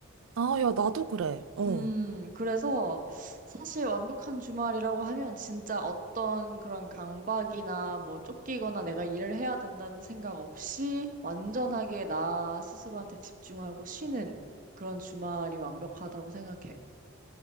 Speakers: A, on the right; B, on the right.
A: 아, 야, 나도 그래. 어.
B: 음, 그래서 사실 완벽한 주말이라고 하면 진짜 어떤 그런 강박이나 뭐 쫓기거나 내가 일을 해야 된다는 생각 없이 완전하게 나 스스로한테 집중하고 쉬는 그런 주말이 완벽하다고 생각해.